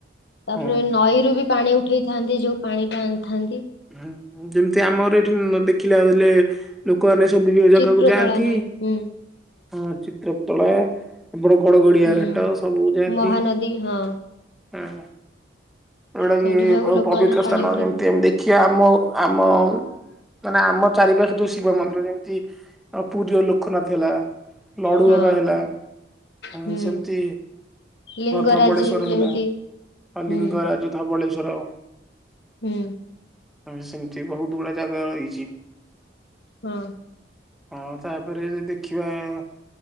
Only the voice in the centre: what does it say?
ହଁ
ହୁଁ ଯେମିତି ଆମର ଏଇଠି ଦେଖିଲାବୋଲେ। ଲୋକମାନେ ସବୁ ବିଭିନ୍ନ ଜାଗାକୁ
ଯାଆନ୍ତି
ହଁ। ଚିତ୍ରୋତ୍ପଳା ର ଗଡଗଡିଆ
ଘାଟ ସବୁ ଯାଆନ୍ତି
ହଁ। ଯଉଟା କି
ବହୁ
ପବିତ୍ର
ସ୍ଥାନ
ଯେମିତି ଆମେ ଦେଖିବା ଆମ- ଆମ ମାନେ ଆମ ଚାରିପାଖେ ଯୋଉ ଶିବ ମନ୍ଦିର ଯେମିତି ପୁରୀର ଲୋକନାଥ ହେଲା। ଲଡୁ
ବାବା ହେଲା। ଆ
ସେମିତି
ଧବଳେଶ୍ଵର
ହେଲା, ଅ ଲିଙ୍ଗରାଜ
ଯଉ ଧବଳେଶ୍ଵର
ଆ ସେମିତି ବହୁତ। ପୁଳା ଜାଗା ରହିଛି
ହଁ ତାପରେ ଯଦି କ କିିବା ଆ